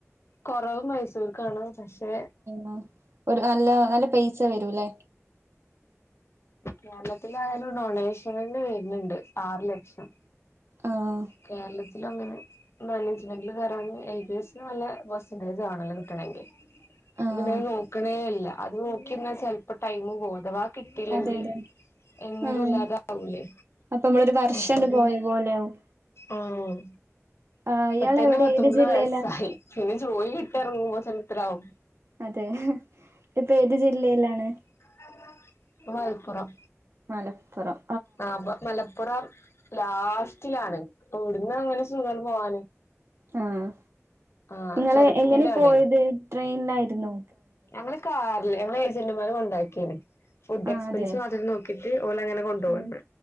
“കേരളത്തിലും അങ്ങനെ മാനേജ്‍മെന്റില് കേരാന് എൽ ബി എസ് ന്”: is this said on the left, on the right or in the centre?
Left